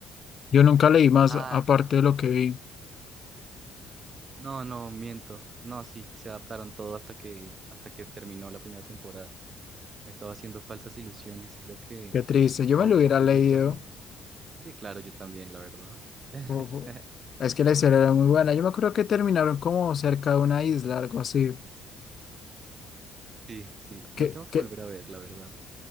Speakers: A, on the left (about 50°); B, on the right (about 40°).
A: Yo nunca leí más
B: Ah,
A: aparte
B: no.
A: de lo que vi.
B: No, no, miento. No, sí, se adaptaron todo hasta que, hasta que terminó la primera temporada. Me estaba haciendo falsas ilusiones. Creo que
A: Qué triste. Yo
B: autojugué
A: me lo hubiera leído.
B: conmigo. Sí, claro, yo también, la verdad. <laughs>
A: Fu- fu- Es que la historia era muy buena. Yo me acuerdo que terminaron como cerca de una isla, algo así.
B: Sí, sí, lo
A: Que,
B: tengo que
A: que...
B: volver a ver, la verdad.